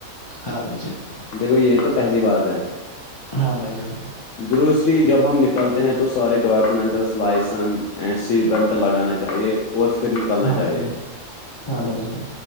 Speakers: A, on the left (about 35°); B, on the left (about 65°).
A: ہاں بھائی جان
B: دیکھو یہ تو پہلی بات ہے
A: ہاں بھائی جان
B: دسری جب ہم نکلتے ہیں تو سارے documents licence and seat belt لگانا چاہے اور پھر نکلنا
A: ہاں
B: چاہیے
A: بھائی جان ہاں بھائی جان